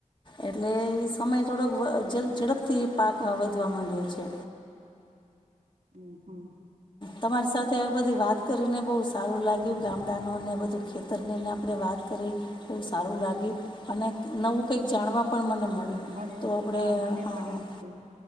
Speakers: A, on the left (about 35°); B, on the right (about 85°).
A: એટલે એ સમય થોડોક વ ઝડપથી પાક વધવા માંડ્યો છે.
B: હમ હમ
A: તમારી સાથ થે બધી વાત કરીને બહુ સારું લાગ્યું, ગામડાનુંને બધું ખેતરનીને આપણે વાત કરી બહુ સારું લાગ્યું અને નવું કંઈક જાણવા પણ મને મળ્યું,
B: મળે
A: તો આપણે
B: હા મને
A: હાં,
B: પણ એજ છે